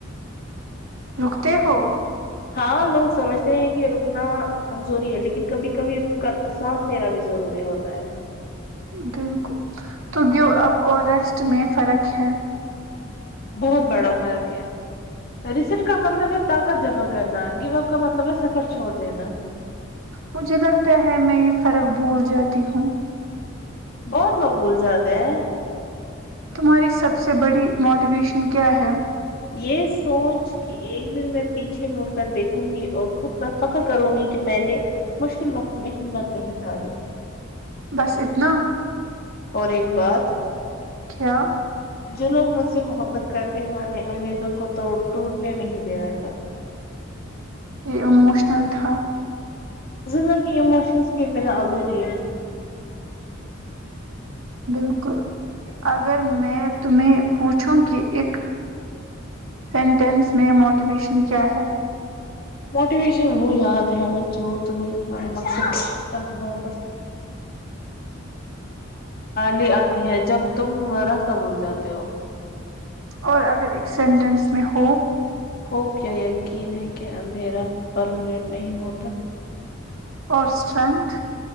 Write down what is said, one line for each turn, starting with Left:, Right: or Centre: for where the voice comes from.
Right: رکتے ہو
Left: ہاں لوگ سمجھتے ہیں کہ رکنا کمزوری ہے لیکن کبھی کبھی رک کر سانس لینا بھی ضروری ہوتا ہے
Right: بالکل تو گو اپ اور ریسٹ میں فرق ہے
Left: بہت بڑا فرق ہے رسیٹ کا مطلب ہے طاقت جمع کرنا گو اپ کا مطلب ہے سفر چھوڑ دینا
Right: مجھے لگتا ہے میں یہ فرق بھول جاتی ہوں
Left: بہت لوگ بھول جاتے ہیں
Right: تمہاری سب سے بڑی موٹیویشن کیا ہے
Left: یہ سوچ کہ ایک دن میں پیچھے مڑ کر دیکھوں گی اور خود پر فخر کروں گی کہ میں نے مشکل وقت میں ہمت نہیں ہاری
Right: بس اتنا
Left: اور ایک بات
Right: کیا
Left: جو لوگ مجھ سے محبت کرتے ہیں انہیں امیدوں کو تو ٹوٹنے نہیں دینا چاہتا
Right: یہ اموشنل تھا
Left: زندگی اموشنس کی م ادھوری ہے
Right: بالکل اگر میں تمہیں پوچھوں کہ ایک سینٹینس میں موٹ ویشن کیا ہے
Left: موٹیویشن وہ یاد ہے جو تمہیں تمہارے مقصد تک واپس لے آتی ہے جب تم راستہ بھول جاتے ہو
Right: اور اگر ایک سینٹینس میں ہوپ
Left: ہوپ یا یقین ہے کہ اندھیرا پرمینٹ نہیں ہوتا
Right: اور سٹرنتھ